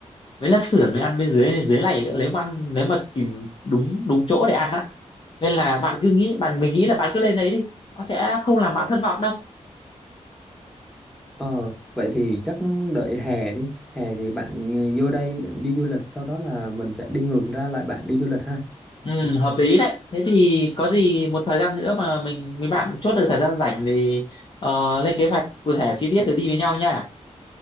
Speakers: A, on the left (about 40°); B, in the centre.
A: với lạp xưởng mới ăn bên dưới dưới này nữa nếu mà ăn nếu mà tìm đúng đúng chỗ để ăn á nên là bạn cứ nghĩ bạn mình nghĩ là bạn cứ lên đấy đi nó sẽ không làm bạn thất vọng đâu
B: Ờ, vậy thì chắc đợi hè đi. Hè thì bạn ừ, vô đây đi du lịch, sau đó là mình sẽ đi ngược ra lại bạn đi du lịch ha.
A: Ừ, hợp lý đấy. Thế thì có gì một thời gian nữa mà mình mấy bạn chốt được thời gian rảnh thì ờ, lên kế hoạch cụ thể chi tiết rồi đi với nhau nha.